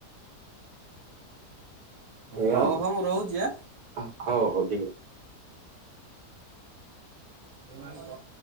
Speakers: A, on the right; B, on the right.
A: ଏଇଆ
B: ହଉ ହଉ ମୁଁ ରହୁଚି ଆ।
A: ଆଉ ହଉ ହଉ ଠିକ୍ ଅ
B: ମୋଆ କ